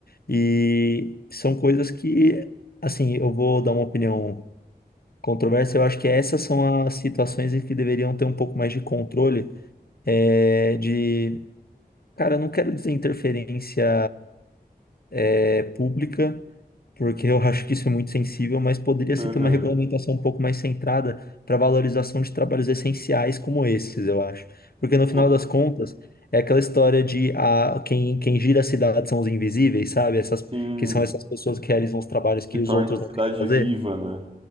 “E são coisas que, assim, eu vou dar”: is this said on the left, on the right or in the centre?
Left